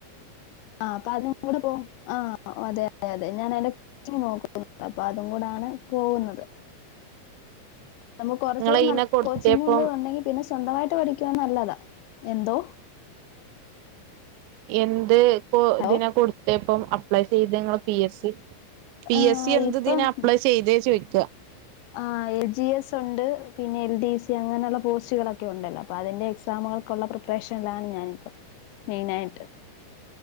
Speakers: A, on the left; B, on the right.
A: ആ അപ്പ അതിനും കൂടെ പോവും ആ അതെ അതെ അതെ ഞാൻ അതിന്റെ കോച്ചിങ് നോക്കുന്നുണ്ട് അപ്പ അതും കൂടാണ് പോകുന്നത് നമുക്ക് കുറച്ചൂടെ
B: ഇങ്ങള് അയിനാ
A: നല്ല
B: കൊടുത്തേപ്പം
A: കോച്ചിങ്ങ് കൂടെ ഉണ്ടെങ്കി പിന്നെ സ്വന്തമായിട്ട് പഠിക്കുവാണെങ്കി നല്ലതാ എന്തോ
B: എന്ത്
A: ഹലോ
B: തിനാ കൊടുത്തെ ഇപ്പം അപ്ലൈ ചെയ്തെങ്ങള് P S C P
A: ആഹ്
B: S C എന്തിതിനാ
A: ഇപ്പം
B: അപ്ലൈ ചെയ്തേ ചോയ്ക്കാ
A: ആഹ് എൽ ജി എസ് ഉണ്ട് പിന്നെ എൽ ഡി സി അങ്ങനെയുള്ള പോസ്റ്റുകളൊക്കെ ഉണ്ടല്ലോ അപ്പോൾ അതിന്റെ എക്സാമുകൾക്കുള്ള പ്രിപ്പറേഷനിലാണ് ഞാൻ മെയിനായിട്ട്